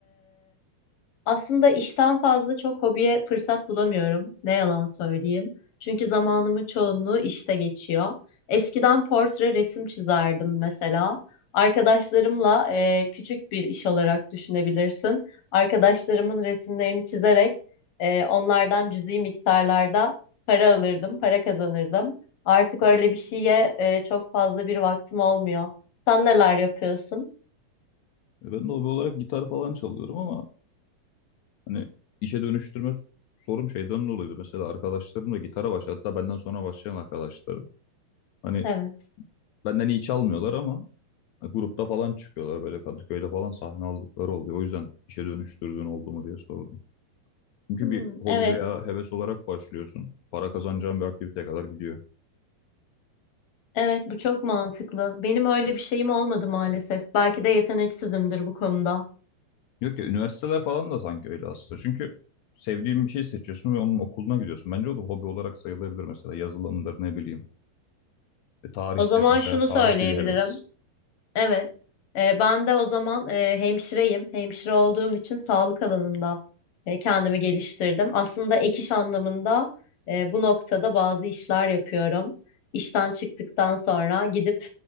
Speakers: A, on the left; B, on the left.
A: Aslında işten fazla çok hobiye fırsat bulamıyorum. Ne yalan söyleyeyim. Çünkü zamanımın çoğunluğu işte geçiyor. Eskiden portre resim çizerdim mesela. Arkadaşlarımla e, küçük bir iş olarak düşünebilirsin. Arkadaşlarımın resimlerini çizerek e, onlardan cüzi miktarlarda para alırdım, para kazanırdım. Artık öyle bir şeye e, çok fazla bir vaktim olmuyor. Sen neler yapıyorsun?
B: E Ben de hobi olarak gitar falan çalıyorum ama hani işe dönüştürme sorum şeyden dolayıydı. Mesela arkadaşlarım da gitara başladı. Hatta benden sonra başlayan arkadaşlarım. Hani
A: Evet.
B: benden iyi çalmıyorlar ama grupta falan çıkıyorlar böyle Kadıköy'de falan sahne aldıkları oluyor. O yüzden işe dönüştürdüğün oldu mu diye sordum. Çünkü
A: Hmm,
B: bir hobi
A: evet.
B: veya heves olarak başlıyorsun. Para kazanacağın bir aktiviteye kadar gidiyor.
A: Evet, bu çok mantıklı. Benim öyle bir şeyim olmadı maalesef. Belki de yeteneksizimdir bu konuda.
B: Yok ya üniversiteler falan da sanki öyle aslında. Çünkü sevdiğin bir şey seçiyorsun ve onun okuluna gidiyorsun. Bence o da hobi olarak sayılabilir mesela yazılımdır ne bileyim. E, tarihtir
A: O zaman
B: mesela
A: şunu
B: tarih
A: söyleyebilirim.
B: de bir heves.
A: Evet, e, ben de o zaman e, hemşireyim. Hemşire olduğum için sağlık alanında e, kendimi geliştirdim. Aslında ek iş anlamında e, bu noktada bazı işler yapıyorum. İşten çıktıktan sonra gidip